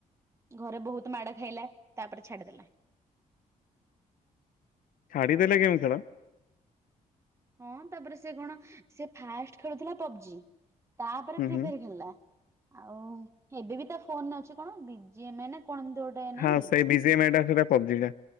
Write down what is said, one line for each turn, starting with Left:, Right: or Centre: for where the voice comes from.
Right: ଘରେ ବହୁତ ମାଡ ଖାଇଲା ତାପରେ ଛାଡିଦେଲା।
Left: ଛାଡିଦେଲେ ଗେମ୍ ଖେଳ?
Right: ହଁ ତାପରେ ସେ କଣ ସେ ଫାଷ୍ଟ ଖେଳୁଥିଲା ପବଜି ତାପରେ
Left: ହୁଁ
Right: ଫ୍ରି
Left: ହୁଁ
Right: ଫାୟାର ଖେଳି। ଆଉ ଏବେ ବି ତା ଫୋନରେ ଅଛି କଣ ବି ଜି ଏମ୍ ନା କଣ ଏମିତି ଗୋଟେ
Left: ହଁ
Right: ନାହିଁ।
Left: ସେଇ ବିଜିଏମ ଏଟା ସେଟା ପବଜି ଟା।